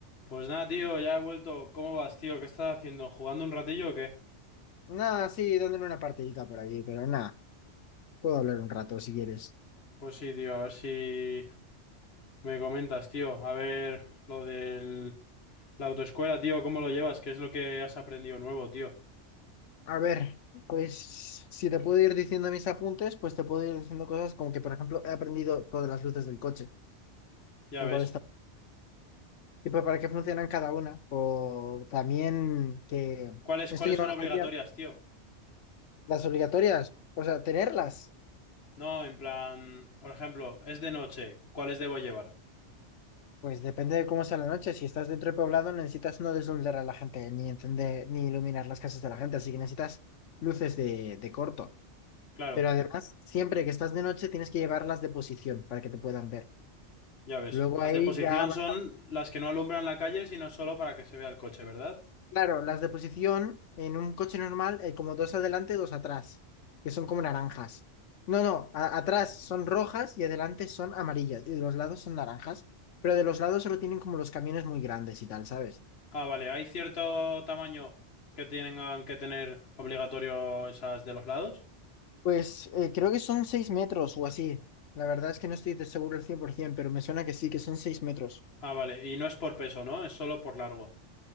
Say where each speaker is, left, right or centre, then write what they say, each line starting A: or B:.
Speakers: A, on the left; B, on the left.
A: Pues nada, tío, ya he vuelto. ¿Cómo vas, tío? ¿Qué estás haciendo? ¿Jugando un ratillo o qué?
B: Nada, sí, dándole una partidita por aquí, pero nada, puedo hablar un rato si quieres.
A: Pues sí, tío, a ver si me comentas, tío. A ver lo del... la autoescuela, tío, ¿cómo lo llevas? ¿Qué es lo que has aprendido nuevo, tío?
B: A ver, pues si te puedo ir diciendo mis apuntes, pues te puedo ir diciendo cosas como que, por ejemplo, he aprendido todas las luces del coche,
A: Ya
B: lo
A: ves.
B: cual está... Y pues, para qué funcionan cada una, o también que,
A: ¿Cuáles,
B: esto
A: cuáles
B: yo no
A: son
B: lo
A: obligatorias,
B: sabía,
A: tío?
B: las obligatorias, o sea, tenerlas,
A: No, en plan, por ejemplo, es de noche, ¿cuáles debo llevar?
B: pues depende de cómo sea la noche, si estás dentro del poblado necesitas no deslumbrar a la gente, ni encender, ni iluminar las casas de la gente, así que necesitas luces de, de corto.
A: Claro,
B: Pero además, siempre que estás de noche tienes que llevarlas de posición para que te puedan ver.
A: ya ves.
B: Luego
A: Las
B: ahí
A: de posición
B: ya va-
A: son las que no alumbran la calle, sino solo para que se vea el coche, ¿verdad?
B: Claro, las de posición en un coche normal hay como dos adelante, dos atrás, que son como naranjas. No, no, a- atrás son rojas y adelante son amarillas y de los lados son naranjas, pero de los lados solo tienen como los camiones muy grandes y tal, ¿sabes?
A: Ah, vale, ¿hay cierto tamaño que tienen que tener obligatorio esas de los lados?
B: Pues eh, creo que son seis metros o así. La verdad es que no estoy de seguro el cien por 100%, pero me suena que sí, que son seis metros.
A: Ah, vale, y no es por peso, ¿no? Es solo por largo.